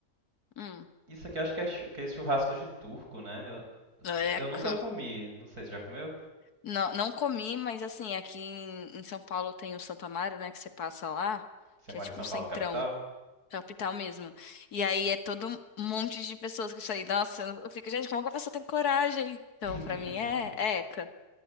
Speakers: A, on the left; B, on the right.
A: Hum,
B: Isso aqui eu acho que é chu- aqueles churrascos de turco, né? Eu,
A: eca.
B: eu nunca comi, não sei se já comeu?
A: Não, não comi, mas assim, aqui em, em São Paulo tem o Santo Amaro, né? Que você passa lá,
B: Você
A: que
B: mora
A: é tipo
B: em São
A: um
B: Paulo,
A: centrão,
B: capital?
A: capital mesmo. E aí é todo um monte de pessoas que isso aí. Nossa, eu, não- eu fico, gente, como que a pessoa tem coragem? Então,
B: <laughs>
A: pra mim é, é eca.